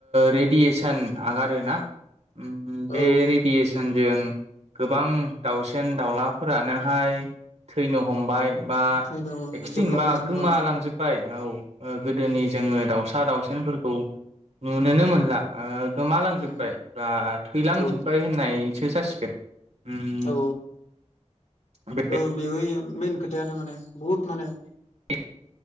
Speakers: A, on the right; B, on the left.
A: रेडियेसन आगारो ना? उम बे
B: औ औ
A: रेडियेसन जों गोबां दाउसेन-दाउलाफोरानोहाय थैनो हमबाय बा
B: थैदाव
A: एक्सथिं
B: जोबलांनो
A: बा
B: थांबाय
A: गोमालांजोब्बाय। औ। गोदोनि जोंङो दाउसा फिसा दावसिनफोरखौ नुनोनो मोनला। गोमालांजोबबाय
B: उम
A: बा थैलांजोबबाय
B: औ
A: होननाय <unintelligible> जासिगोन। उम।
B: औ
A: बे
B: औ बेबो मेन खथायानो माने बहुत माने।
A: <inaudible>